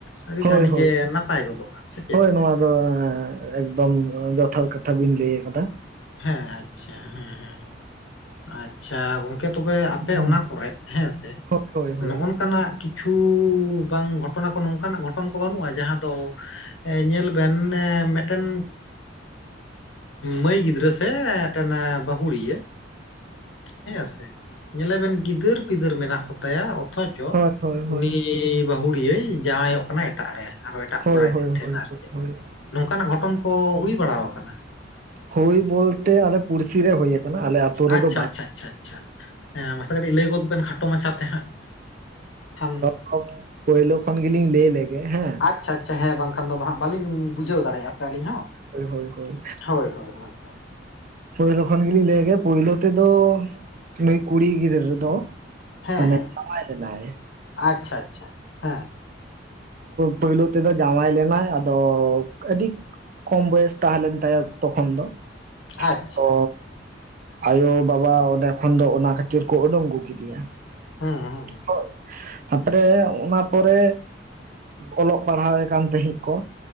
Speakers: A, on the left; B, on the right.
A: ᱟᱹᱰᱤ
B: ᱦᱳᱭ
A: ᱟᱹᱰᱤ
B: ᱦᱳᱭ
A: ᱜᱮ ᱱᱟᱯᱟᱭ ᱜᱚᱫᱚᱜᱼᱟ ᱥᱮ ᱪᱮᱫ?
B: ᱦᱳᱭ ᱱᱚᱣᱟ ᱫᱚ ᱮᱠᱫᱚᱢ ᱡᱚᱛᱷᱟᱛ ᱠᱟᱛᱷᱟ ᱵᱤᱱ ᱞᱟᱹᱭ ᱟᱠᱟᱫᱟ ᱾
A: ᱦᱮᱸ ᱟᱪᱪᱷᱟ ᱦᱮᱸ ᱦᱮᱸ ᱟᱪᱷᱟ᱾ ᱟᱪᱪᱷᱟ ᱜᱚᱝᱠᱮ ᱛᱚᱵᱮ ᱟᱯᱮ
B: ᱦᱩᱸ
A: ᱚᱱᱟ ᱠᱚᱨ ᱦᱮᱸ ᱥᱮ
B: ᱦᱳᱭ ᱦᱳᱭ ᱦᱳᱭ
A: ᱱᱚᱜ ᱱᱚᱝᱠᱟ ᱱᱟᱜ ᱠᱤᱪᱷᱩ ᱵᱟᱝ ᱜᱷᱚᱴᱚᱱᱟ ᱠᱚ ᱱᱚᱝᱠᱟᱱᱟᱜ ᱜᱷᱚᱴᱚᱱ ᱠᱚ ᱵᱟᱹᱱᱩᱜᱼᱟ ᱡᱟᱦᱟᱸ ᱫᱚ ᱧᱮᱞ ᱵᱮᱱ ᱢᱤᱫᱴᱮᱱ ᱢᱟᱹᱭ ᱜᱤᱫᱽᱨᱟᱹ ᱜᱤᱫᱨᱟᱹ ᱥᱮ ᱢᱤᱴᱮᱱ ᱵᱟᱦᱩᱲᱤᱭᱟᱹ ᱦᱮᱸ ᱥᱮ ᱧᱮᱞᱮ ᱵᱮᱱ ᱜᱤᱫᱟᱹᱨ ᱯᱤᱫᱟᱹᱨ ᱢᱮᱱᱟᱜ ᱠᱚᱛᱟᱭᱟ ᱚᱛᱷᱚᱪᱚ
B: ᱦᱳᱭ ᱦᱳᱭ ᱦᱳᱭ
A: ᱩᱱᱤ ᱩᱱᱤ ᱵᱟᱹᱦᱩᱲᱤᱭᱟᱹ ᱡᱟᱶᱟᱭᱚᱜ ᱠᱟᱱᱟ ᱮᱴᱟᱜ ᱨᱮ ᱟᱨᱚ ᱮᱴᱟᱜ
B: ᱦᱳᱭ
A: ᱠᱚᱲᱟ
B: ᱦᱳᱭ
A: ᱜᱤᱫᱟᱹᱨ
B: ᱦᱳᱭ
A: ᱴᱷᱮᱱ ᱟᱨ ᱪᱮᱫ᱾
B: ᱦᱳᱭ
A: ᱱᱚᱝᱠᱟ ᱱᱟᱜ ᱜᱷᱚᱴᱚᱱ ᱠᱚ ᱦᱩᱭ ᱵᱟᱲᱟ ᱟᱠᱟᱱᱟ?
B: ᱦᱩᱭᱳ ᱵᱚᱞᱛᱮ ᱟᱞᱮ ᱯᱩᱲᱥᱤ ᱨᱮ ᱦᱩᱭ ᱠᱟᱱᱟ ᱟᱞᱮ ᱟᱹᱛᱩᱳ
A: ᱟᱪᱪᱷᱟ
B: ᱨᱮᱫᱚ ᱵᱟᱝ
A: ᱟᱪᱪᱷᱟ
B: ᱾
A: ᱟᱪᱪᱷᱟ ᱟᱪᱪᱷᱟ ᱦᱮᱸ <unintelligible> ᱠᱷᱟᱴᱚ ᱢᱟᱪᱷᱟᱛᱮ ᱦᱟᱸᱜ, ᱠᱷᱟᱱ
B: <inaudible> ᱯᱳᱭᱞᱳ ᱠᱷᱚᱱ ᱜᱮᱞᱤᱧ ᱞᱟᱹᱭ ᱞᱮᱜᱮ ᱦᱮᱸ,
A: ᱟᱪᱪᱷᱟ ᱟᱪᱪᱷᱟ ᱦᱮᱸ ᱵᱟᱝᱠᱷᱟᱱ ᱫᱚ ᱦᱟᱜ ᱵᱟᱞᱤ ᱵᱩᱡᱷᱟᱹᱣ ᱫᱟᱲᱮᱭᱟᱜ-ᱟ ᱥᱮ ᱟᱹᱞᱤᱧ ᱦᱚᱸ᱾
B: ᱦᱚᱭ ᱦᱚᱭ ᱦᱚᱭ᱾
A: ᱦᱳᱭ ᱦᱳᱭ ᱦᱳᱭ
B: ᱯᱳᱭᱞᱳ ᱠᱷᱚᱱ ᱜᱮᱞᱤᱧ ᱞᱟᱹᱭ ᱞᱮᱜᱮ ᱯᱳᱭᱞᱳ ᱛᱮᱫᱚ ᱱᱩᱭ ᱠᱩᱲᱤ ᱜᱤᱫᱽᱨᱟᱹ ᱫᱚ
A: ᱦᱮᱸ
B: ᱢᱟᱱᱮ
A: ᱦᱮᱸ
B: ᱡᱟᱣᱟᱭ ᱞᱮᱱᱟᱭ <inaudible>
A: ᱟᱪᱪᱷᱟ ᱟᱪᱪᱷᱟ ᱦᱮᱸ
B: ᱯᱳᱭᱞᱳ ᱛᱮᱫᱚ ᱡᱟᱶᱟᱭ ᱞᱮᱱᱟᱭ ᱟᱫᱚ ᱟᱹᱰᱤ ᱠᱚᱢ ᱵᱚᱭᱮᱥ ᱛᱟᱦᱮᱸ ᱞᱮᱱ ᱛᱟᱭᱟ ᱛᱚᱠᱷᱚᱱ ᱫᱚ,
A: ᱟᱪᱷᱟ,
B: ᱛᱚ ᱟᱭᱳ ᱵᱟᱵᱟ ᱚᱸᱰᱮ ᱠᱷᱚᱱ ᱫᱚ ᱚᱱᱟ ᱠᱷᱟᱹᱛᱤᱨ ᱠᱚ ᱩᱰᱩᱝ ᱟᱹᱜᱩ ᱠᱮᱫᱮᱭᱟ᱾
A: ᱦᱮᱸ ᱦᱮᱸ
B: ᱦᱳᱭ ᱛᱟᱨᱯᱚᱨᱮ ᱚᱱᱟ ᱯᱚᱨᱮ ᱚᱞᱚᱜ ᱯᱟᱲᱦᱟᱣᱮ ᱠᱟᱱ ᱛᱟᱦᱮᱸᱜ ᱠᱚ,